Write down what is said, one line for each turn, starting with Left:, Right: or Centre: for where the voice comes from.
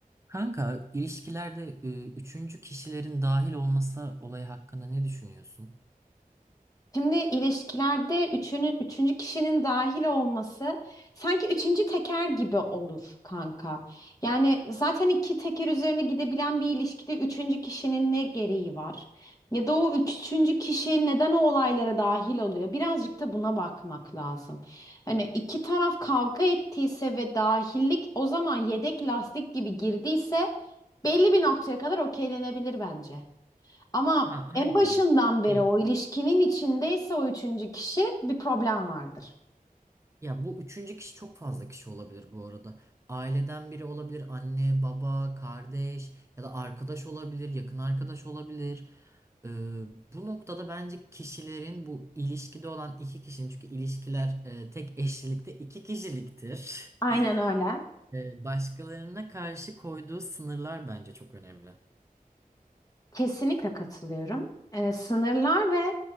Right: Kanka, ilişkilerde e, üçüncü kişilerin dahil olması olayı hakkında ne düşünüyorsun?
Left: Şimdi ilişkilerde üçünü, üçüncü kişinin dahil olması sanki üçüncü teker gibi olur kanka. Yani zaten iki teker üzerine gidebilen bir ilişkide üçüncü kişinin ne gereği var? Ya da o üçüncü kişi neden o olaylara dahil oluyor? Birazcık da buna bakmak lazım. Hani iki taraf kavga ettiyse ve dahillik o zaman yedek lastik gibi girdiyse belli bir noktaya kadar okeylenebilir bence. Ama
Right: Ha,
Left: en
Right: aynen.
Left: başından beri
Right: Belki.
Left: o ilişkinin içindeyse o üçüncü kişi bir problem vardır.
Right: Ya bu üçüncü kişi çok fazla kişi olabilir bu arada. Aileden biri olabilir, anne, baba, kardeş ya da arkadaş olabilir, yakın arkadaş olabilir. E, bu noktada bence kişilerin bu ilişkide olan iki kişinin çünkü ilişkiler e, tek eşlilikte iki kişiliktir.
Left: Aynen
Right: <laughs>
Left: öyle.
Right: E, başkalarına karşı koyduğu sınırlar bence çok önemli.
Left: Kesinlikle katılıyorum. Ee, sınırlar ve